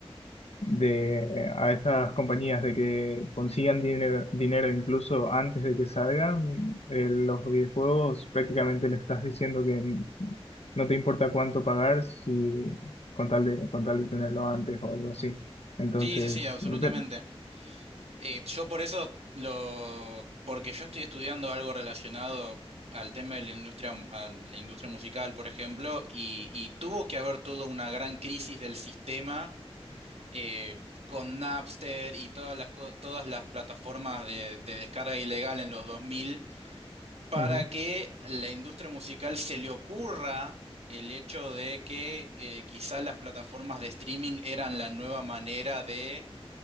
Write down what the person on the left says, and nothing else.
de, a estas compañías de que consigan dinero, dinero incluso antes de que salgan eh, los videojuegos, prácticamente le estás diciendo que n- no te importa cuánto pagar si con tal de, con tal de tenerlo antes o algo así. Entonces,
Mm.
Ujú.